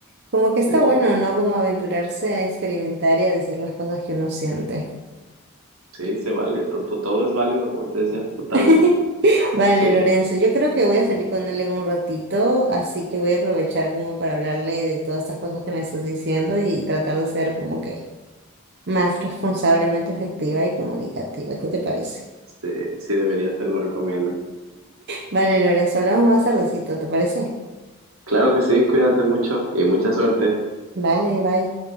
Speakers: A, on the right; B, on the right.
A: como que está
B: Sí,
A: bueno, ¿no? Como aventurarse a experimentar y a decir las cosas que uno siente.
B: sí, se vale, to- to- todo es válido, como te decía, totalmente.
A: <laughs> Vale,
B: Sí,
A: Lorenzo, yo creo que voy a salir con él en un ratito, así que voy a aprovechar como para hablarle de todas estas cosas que me estás diciendo y tratar de ser como que más responsablemente efectiva y comunicativa. ¿Qué te parece?
B: este, sí deberías, te lo recomiendo.
A: Vale, Lorenzo, hablamos más tardecito, ¿te parece?
B: Claro que sí, cuídate mucho y mucha suerte.
A: Vale, bye.